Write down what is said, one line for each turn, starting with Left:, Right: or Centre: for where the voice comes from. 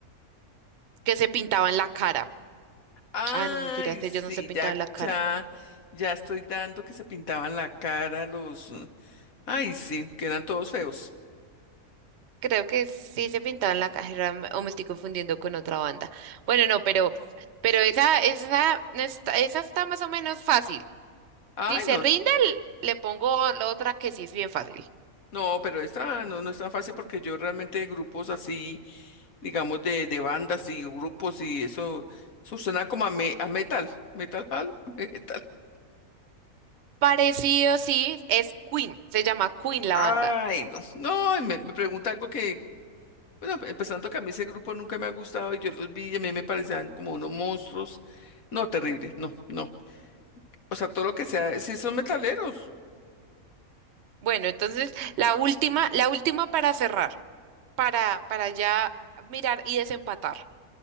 Right: que se pintaba la cara.
Left: Ay,
Right: Ah, no, mentiras, ellos
Left: sí,
Right: no se pintaban
Left: ya,
Right: la cara.
Left: ya, ya estoy dando que se pintaban la cara los... Ay, sí, que eran todos feos.
Right: Creo que sí se pintaban la cara o me estoy confundiendo con otra banda. Bueno, no, pero, pero esa, esa, no está- esa está más o menos fácil.
Left: Ay,
Right: Si se
Left: no,
Right: rinde, l- le pongo la otra que sí es bien fácil.
Left: No, pero esta no, no es tan fácil porque yo realmente grupos así, digamos, de, de bandas y grupos y eso, eso suena como a, me- a metal, metal, hall, <laughs> metal.
Right: Parecido, sí, es Queen, se llama Queen la
Left: Ay,
Right: banda.
Left: no, no, y me, me pregunta algo que, bueno, empezando que a mí ese grupo nunca me ha gustado y yo los vi y a mí me parecían como unos monstruos. No, terrible, no, no. O sea, todo lo que sea, si son metaleros.
Right: Bueno, entonces la última, la última para cerrar, para, para ya mirar y desempatar.